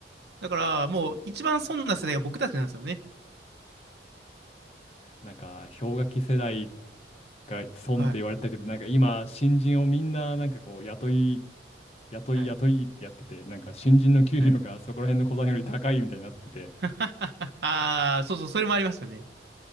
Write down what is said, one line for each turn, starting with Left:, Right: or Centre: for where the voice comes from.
Right: だから、もう、一番損な世代が僕たちなんですよね。
Left: なんか、氷河期世代が損って言われたけど、
Right: はい。
Left: なんか今、新人をみんな、なんかこう、雇い、雇い、
Right: はい。
Left: 雇いってやってて、なんか新人の給料がそこら辺の小さんより高いみたいになってて、
Right: はい。<laughs> ああ、そうそう、それもありますよね。